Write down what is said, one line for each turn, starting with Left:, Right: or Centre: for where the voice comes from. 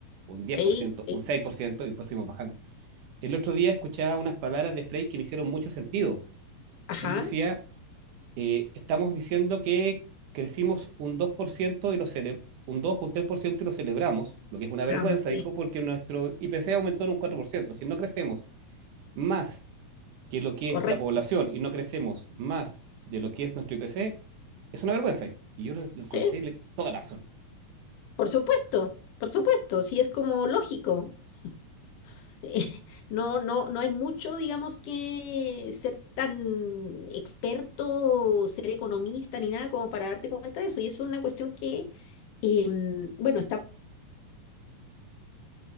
Right: un 10%,
Left: sí, sí,
Right: un 6% y pues fuimos bajando. El otro día escuchaba unas palabras de Frey que me hicieron mucho sentido.
Left: ajá,
Right: Él decía, eh, estamos diciendo que crecimos un 2% y lo cele- un 2 o un 3% y lo celebramos, lo que es una vergüenza,
Left: vamos, sí,
Right: dijo, porque nuestro IPC aumentó en un 4%. Si no crecemos más que lo que
Left: correcto.
Right: es la población y no crecemos más de lo que es nuestro IPC, es una vergüenza, dijo. Y yo lo, lo encontré
Left: Sí,
Right: y le- toda la razón.
Left: por supuesto, por supuesto, sí es como lógico. <laughs> eh, No, no, no hay mucho, digamos, que ser tan experto, ser economista ni nada como para darte cuenta de eso. Y eso es una cuestión que, em, bueno, estamos